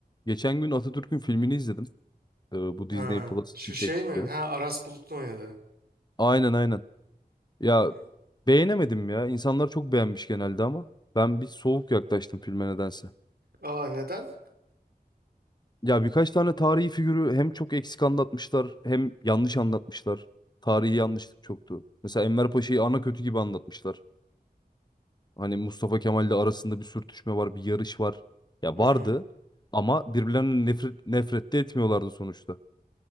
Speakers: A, on the left (about 25°); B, on the right (about 70°).
A: Geçen gün Atatürk'ün filmini izledim. Ee, bu
B: Ha,
A: Disney Plus
B: şu
A: için çektikleri.
B: şey mi? Ha Aras Bulut'un oynadı.
A: Aynen aynen. Ya
B: Hı.
A: beğenemedim ya. İnsanlar çok beğenmiş genelde ama ben bir soğuk yaklaştım filme nedense.
B: Aa neden?
A: Ya birkaç tane tarihi figürü hem çok eksik anlatmışlar hem yanlış anlatmışlar. Tarihi yanlışlık çoktu. Mesela Enver Paşa'yı ana kötü gibi anlatmışlar. Hani Mustafa Kemal'le arasında bir sürtüşme var, bir yarış var. Ya
B: Hı
A: vardı
B: hı.
A: ama birbirlerinden nefret, nefret de etmiyorlardı sonuçta.